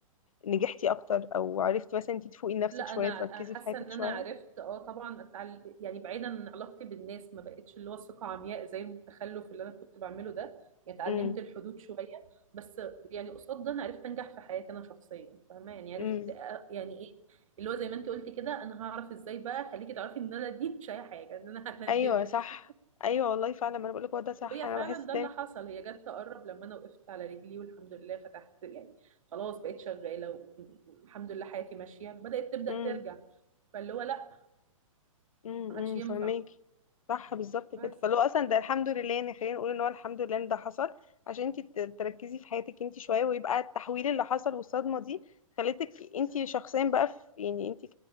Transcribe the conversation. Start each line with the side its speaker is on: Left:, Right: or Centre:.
Left: نجحتي اكتر او عرفتي مثلا انت تفوقي لنفسك
Right: لا
Left: شوية
Right: انا
Left: تركزي
Right: حاسه
Left: في حياتك
Right: ان
Left: شوية
Right: انا عرفت اه طبعا أتعل... يعني بعيدا عن علاقتي بالناس ما بقتش اللي هو الثقه عمياء زي التخلف اللي انا كنت بعمله ده يعني اتعلمت
Left: امم
Right: الحدود شويه بس يعني قصاد ده انا عرفت انجح في حياتي انا شخصيا فاهمه يعني عرفت
Left: امم
Right: آه، يعني ايه اللي هو زي ما انت قلتي كده انا هعرف ازاي بقى خليكي تعرفي ان انا دي مش اي حاجه ان انا
Left: ايوه
Right: <laughs> هندمك
Left: صح ايوه والله فعلا ما انا بقولك هو ده صح
Right: وهي
Left: انا
Right: فعلا
Left: بحس
Right: ده اللي حصل هي جت تقرب لما انا وقفت على رجلي والحمد لله فتحت يعني خلاص بقيت شغاله والحمد لله حياتي ماشيه بدات تبدا
Left: دايما
Right: ترجع فاللي هو لا
Left: امم
Right: ما عادش ينفع
Left: فهماكي صح بالظبط
Right: بس
Left: كده فلو اصلا ده الحمد لله يعني خلينا نقول ان هو الحمد لله ان ده حصل عشان انت تركزي في حياتك انت شويه ويبقى التحويل اللي حصل والصدمه دي خلتك انت شخصيا بقى في يعني انت ك...